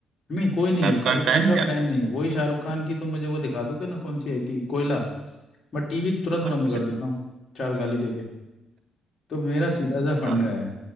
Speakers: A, on the left (about 45°); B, on the right (about 60°).
A: नहीं कोई नहीं
B: शाहरुख
A: है शाहरुख
B: खान फैन
A: खान का फैन
B: क्या
A: नहीं हूँ वही शाहरुख खान की तो मुझे वो दिखा दोगे ना कौन सी आई थी कोयला मैं टीवी तुरंत बंद
B: अच्छा
A: कर देता हूँ चार गाली दे तो मेरा सीधा सा फंडा
B: हाँ
A: है